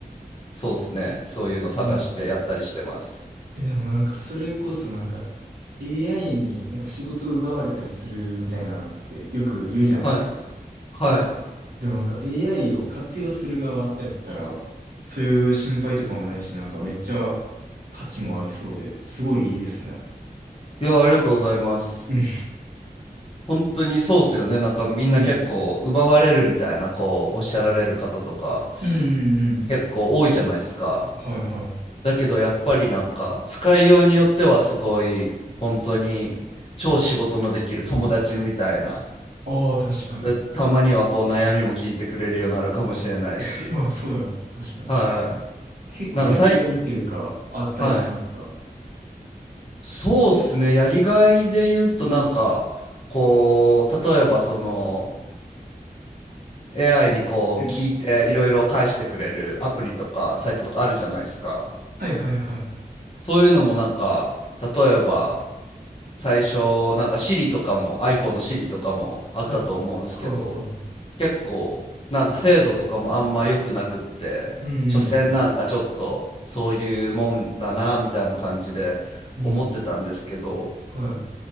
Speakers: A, on the left (about 40°); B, on the right (about 75°).
A: そうですね、そういうの探してやったりしてます。
B: うん。え、でもなんか、それこそなんか、AI になんか仕事を奪われたりするみたいなのってよく言うじゃないですか。
A: はい。はい。
B: でもなんか AI を活用する側やったら、そういう心配とかもないし、なんかめっちゃ価値もありそうで、すごいいいですね。
A: いや、ありがとうございます。
B: うん。
A: 本当にそうっすよね。なんかみんな結構奪われるみたいな、
B: <laughs> うん。
A: こうおっしゃられる方とか
B: うんうんうん。
A: 結構多いじゃないですか。
B: はいはい。
A: だけどやっぱりなんか使いようによってはすごい本当に超仕事のできる友達みたいな。
B: ああ、確かに。
A: でたまにはこう悩みも聞いてくれるようになるかもしれないし。
B: <laughs> ああ、そうや。確かに。
A: はい。
B: 結構やりがいというか、
A: なんか最、
B: あったりするんですか
A: はい。そうっすね。やりがいで言うとなんかこう、例えばその AI にこう聞いていろいろ返してくれるアプリとかサイトとかあるじゃないですか。
B: うんはいはいはい。
A: そういうのもなんか例えば最初なんか Siri とかも iPhone の Siri とかもあったと思うんですけど
B: はい。はいはい。
A: 結構なんか精度とかもあんま良くなくって所詮なんかちょっとそういうもんだなみたいな感じで思ってたんですけど
B: うんうんうん。うん。は